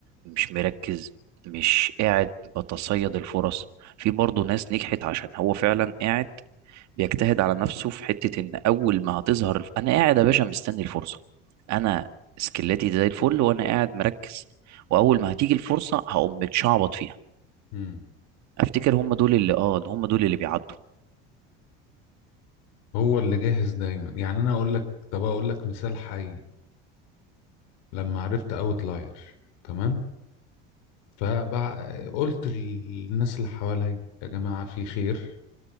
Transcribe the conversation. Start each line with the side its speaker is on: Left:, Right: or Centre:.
Right: مش مركز مش قاعد بتصيد الفرص في برضو ناس نجحت عشان هو فعلا قاعد بيجتهد على نفسه في حتة ان اول ما هتظهر الف- انا قاعد يا باشا مستني الفرصة انا سكلاتي زي الفل وانا قاعد مركز واول ما هتيجي الفرصة هقوم متشعبط فيها
Left: مم.
Right: افتكر هم دول اللي اه هم دول اللي بيعدوا
Left: هو اللي جاهز دايما يعني أنا أقول لك طب أقول لك مثال حي لما عرفت أوتلاير تمام فقلت للناس اللي حواليا يا جماعة في خير